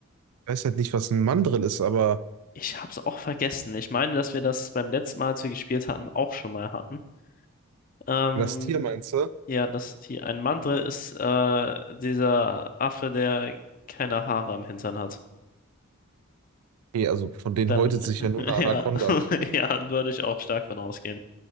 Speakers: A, on the right (about 80°); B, on the left (about 35°).
A: Ich weiß halt nicht, was ein Mandrill ist, aber
B: Ich hab's auch vergessen. Ich meine, dass wir das beim letzten Mal, als wir gespielt hatten, auch schon mal hatten. Ähm,
A: das Tier meinst du?
B: ja, das hier, ein Mandrill ist äh, dieser Affe, der keine Haare am Hintern hat.
A: Nee, also von denen
B: Dann,
A: häutet sich
B: <laughs>
A: ja nur eine Anaconda.
B: ja, <laughs> ja, würde ich auch stark von ausgehen.